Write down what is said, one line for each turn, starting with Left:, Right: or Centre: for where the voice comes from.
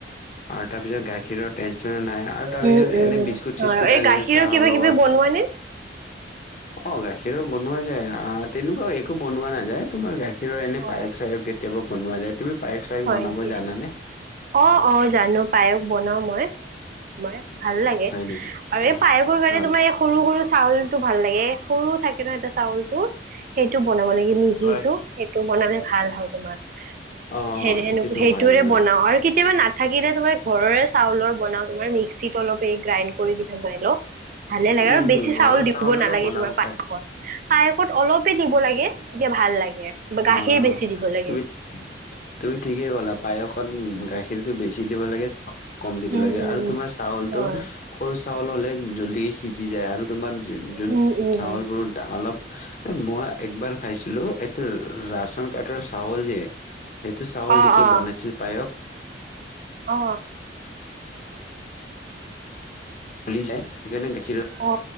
Left: আৰু তাৰপিছত গাখীৰৰ টেনচনো নাই আৰু তাৰপিছত
Right: উম উম
Left: এনে বিস্কুট চিস্কুট
Right: হয় এই
Left: আনিলে
Right: গাখীৰৰ
Left: চাহৰ
Right: কিবা
Left: লগত
Right: কিবি <unintelligible>
Left: অ' গাখীৰৰ বনোৱা যায় তেনেকুৱাও একো বনোৱা নাযায়। তোমাৰ গাখীৰৰ এনে
Right: অ
Left: পায়স চায়স কেতিয়াবা বনোৱা যায় তুমি পায়স চায়স
Right: হয়
Left: বনাব
Right: নেকি
Left: জানানে?
Right: অ', অ' জানো পায়স বনাও মই মই ভাল লাগে।
Left: হয় নেকি
Right: আৰু
Left: অ'
Right: এই পায়সোৰ কাৰণে
Left: অ'
Right: তোমাৰ এই সৰু সৰু চাউলটো ভাল লাগে সৰু থাকে। কেনে এটা চাউল টো সেইটো বনাব লাগে মিহিটো।
Left: হয়,
Right: সেইটো বনালে ভাল হয় তোমাৰ
Left: অ'
Right: সে
Left: সেইটোতো
Right: সেইটোৰে
Left: হয় বাৰু
Right: বনাও আৰু কেতিয়াবা না থাকিলে তোমাৰ ঘৰৰে চাউলৰ বনাও তোমাৰ মিক্সিত অলপ এই গ্ৰাইণ্ড কৰি কেনি বনাই লও ভালে
Left: উম,
Right: লাগে আৰু বেছি
Left: হম ঘৰৰ
Right: চাউল দিব
Left: চাউলৰো
Right: নালাগে
Left: বনাব
Right: তোমাৰ পায়সত
Left: পাৰে।
Right: পায়সত অলপে দিব লাগে তেতিয়া ভাল লাগে বা গাখীৰ
Left: অ',
Right: বেছি দিব লাগে।
Left: তুমি তুমি ঠিকেই ক'লা পায়সত গাখী ৰটো বেছি দিব লাগে কম দিব
Right: উম
Left: লাগে
Right: উম
Left: আৰু
Right: উম
Left: তোমাৰ চাউলটো
Right: হয়
Left: সৰু চাউল হ'লে জলদি সিজি যায় আৰু তোমাৰ যোন
Right: উম উম
Left: চাউলবোৰ
Right: উম
Left: অলপ মই একবাৰ খাইছিলোঁ এইটো ৰেচন কাৰ্ডৰ চউল যে সেইটো চাউল
Right: অ
Left: দি কি
Right: অ
Left: বনাইছিল পায়স
Right: অ
Left: গলি যায় সেইকাৰণে গাখীৰ
Right: অ